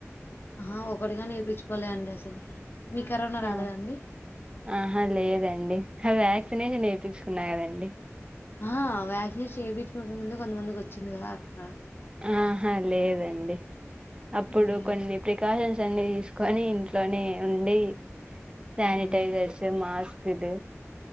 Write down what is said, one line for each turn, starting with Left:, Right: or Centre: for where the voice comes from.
Left: అహా ఒకటి గాని ఏపిచ్చుకోలే అండి అసలు మీక్ కరోన రాలేదా
Right: ఆ
Left: అండి
Right: ఆహా లేదండి వ్యాక్సినేషన్ ఏపిచుకున్న కదండి
Left: ఆ వ్యాక్నేష్ చేబీచ్కోక ముందే కొంతమందికి వచ్చింది కదా అట్లా
Right: ఆహ లేదండి అప్పుడు
Left: హ్మ్.
Right: కొన్ని ప్రికాషన్స్ ని తీస్కొని ఇంట్లోనే ఉండి సానిటైజర్స్
Left: హ్మ్.
Right: మాస్క్ ఇద